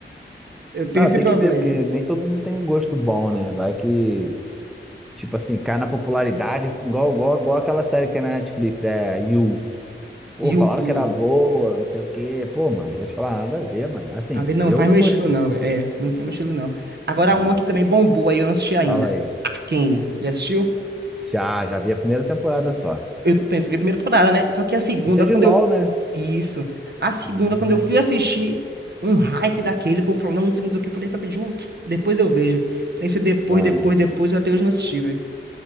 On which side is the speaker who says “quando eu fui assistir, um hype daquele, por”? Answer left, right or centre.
Right